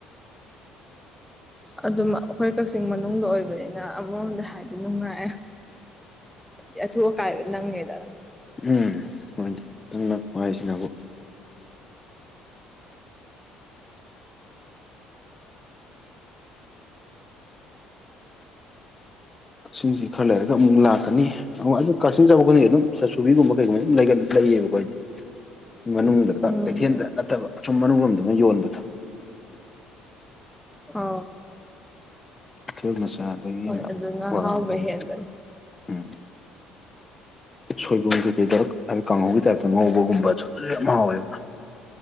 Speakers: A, in the centre; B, on the left.
A: ꯑꯗꯨꯝ - ꯍꯣꯏ ꯀꯛꯆꯤꯡ ꯃꯅꯨꯡꯗ ꯑꯣꯏꯕꯅꯤꯅ ꯑꯃꯔꯣꯝꯗ ꯍꯥꯏꯔꯗꯤ ꯅꯨꯡꯉꯥꯏꯦ ꯍꯥꯏꯗꯤ ꯊꯣ ꯀꯥꯏꯦ ꯅꯪꯅꯦꯦꯗ
B: ꯎ ꯃꯣꯏꯇꯪ ꯅꯛꯄ ꯍꯥꯏꯁꯤꯅꯕꯨ ꯁꯤꯡꯁꯤ ꯈꯔ ꯂꯩꯔꯒ ꯑꯃꯨꯛ ꯂꯥꯛꯀꯅꯤ ꯑꯗꯨ ꯀꯛꯆꯤꯟ ꯆꯥꯎꯕ ꯈꯗꯤ ꯑꯗꯨꯝ ꯆꯥꯁꯨꯕꯤꯒꯨꯝꯕ ꯀꯩꯒꯨꯝꯕ ꯑꯗꯨ ꯂꯩꯌꯦꯕꯈꯣꯏꯗꯤ ꯃꯅꯨꯡꯗꯒ
A: ꯎꯝ
B: ꯀꯩꯊꯦꯜꯗ ꯅꯠꯇꯕ ꯑꯁꯨꯝ ꯃꯅꯨꯡꯣꯝꯗꯅ ꯌꯣꯟꯕꯗ
A: ꯍ
B: ꯀꯩꯊꯦꯜ ꯃꯆꯥ ꯑꯗꯒꯤ
A: ꯍꯣꯏ ꯑꯗꯨ ꯉ
B: ꯕꯣꯔꯥꯒꯨꯝ
A: ꯍꯥꯎꯕꯍꯦꯕꯅꯤ
B: ꯎꯝ ꯁꯣꯏꯕꯨꯡꯨꯡ ꯊ ꯀꯩꯗꯔꯛ ꯍꯥꯏꯗꯤ ꯀꯥꯡꯍꯧꯒꯤ ꯇꯥꯏꯞꯇ ꯉꯧꯕꯒꯨꯝꯕꯁꯨ ꯑꯗꯨ ꯌꯥꯝ ꯍꯥꯎꯋꯦꯕ